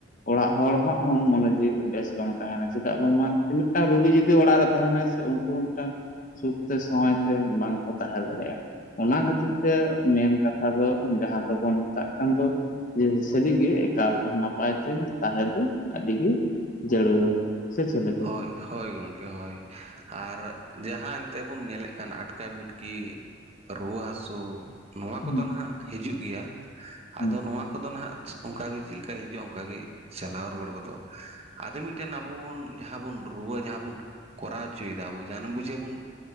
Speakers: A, on the left; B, on the right.
A: ᱚᱲᱟᱜ ᱦᱚᱲᱟᱜ ᱦᱚᱸ ᱢᱚᱱᱮ ᱡᱤᱣ ᱵᱮᱥ ᱵᱟᱝ ᱛᱟᱦᱮᱱᱟ ᱪᱮᱫᱟᱜ ᱵᱟᱝᱢᱟ ᱢᱤᱫᱴᱟᱝ ᱨᱩᱜᱤ ᱡᱩᱫᱤ ᱡᱩᱫᱤ ᱚᱲᱟᱜ ᱨᱮ ᱛᱟᱦᱮᱱᱟᱭ ᱥᱮ ᱩᱱᱠᱩ ᱦᱚᱸ ᱢᱤᱫᱴᱟᱝ ᱥᱩᱠᱛᱮ ᱥᱟᱶᱟᱭ ᱛᱮ ᱵᱟᱝᱠᱚ ᱛᱟᱦᱮᱸ ᱫᱟᱲᱮᱭᱟᱜᱼᱟ ᱚᱱᱟ ᱠᱷᱟᱹᱛᱤᱨ ᱛᱮ ᱢᱮᱱ ᱠᱟᱛᱷᱟ ᱫᱚ ᱡᱟᱦᱟᱸ ᱫᱚᱵᱚᱱ ᱢᱮᱛᱟᱜ ᱠᱟᱱ ᱫᱚ ᱡᱮ ᱥᱟᱹᱨᱤᱜᱮ ᱮᱠᱟᱞ ᱱᱟᱯᱟᱭ ᱛᱮ ᱛᱟᱦᱮᱸ ᱫᱚ ᱟᱹᱰᱤ ᱜᱮ ᱡᱟᱹᱨᱩᱲᱟ ᱥᱮ ᱪᱮᱫ ᱞᱮᱠᱟ
B: ᱦᱳᱭ ᱦᱳᱭ ᱜᱚᱢᱠᱮ ᱦᱳᱭ ᱟᱨ ᱡᱟᱦᱟᱸ ᱮᱱᱛᱮ ᱵᱚᱱ ᱧᱮᱞᱮᱫ ᱠᱟᱱ ᱟᱴᱠᱟᱵᱤᱴᱠᱤ ᱨᱩᱣᱟᱹ ᱦᱟᱹᱥᱩ ᱱᱚᱣᱟ ᱠᱚᱫᱚ
A: ᱦᱩᱸ
B: ᱱᱟᱦᱟᱜ ᱦᱤᱡᱩᱜ ᱜᱮᱭᱟ
A: ᱦᱩᱸ
B: ᱟᱫᱚ ᱱᱚᱣᱟ ᱠᱚᱫᱚ ᱱᱟᱦᱟᱜ ᱚᱱᱠᱟ ᱜᱮ ᱪᱮᱫ ᱞᱮᱠᱟ ᱦᱤᱡᱩᱜᱼᱟ ᱚᱱᱠᱟ ᱜᱮ ᱪᱟᱞᱟᱣ ᱨᱩᱣᱟᱹᱲ ᱜᱚᱫᱚᱜᱼᱟ᱾ ᱟᱫᱚ ᱢᱤᱫᱴᱮᱱ ᱟᱵᱚ ᱡᱟᱦᱟᱸ ᱵᱚᱱ ᱨᱩᱣᱟᱹ ᱡᱟᱦᱟᱸ ᱵᱚᱱ ᱠᱚᱨᱟᱣ ᱦᱚᱪᱚᱭᱮᱫᱟ ᱡᱟᱦᱟ ᱵᱩᱡᱷᱮ ᱵᱚᱱ